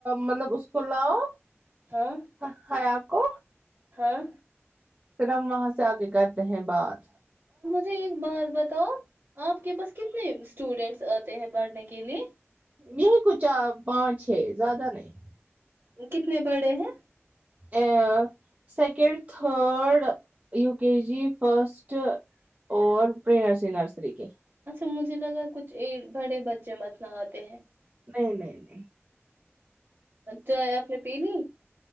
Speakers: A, on the right; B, on the right.
A: مطلب اس کو لاؤ
B: ہاں
A: ہ ہراب کو
B: ہاں
A: پھر ہم وہاں سے آگے کرتے اہباد
B: ٹھیک بات بتاؤ آپ کے پاس کتنے اسٹوڈینٹس آتے ہیں پڑھنے کے لیے
A: یہی کچھ پانچ ہے زیادہ نہیں
B: کتنے بڑے ہیں
A: ا second third U K G first اور پری نرسری نرسری کے
B: مجھے لگا کچھ بڑے بچے متنا آتے ہیں
A: نہیں نہیں نہیں
B: چائے اپ نے پیلی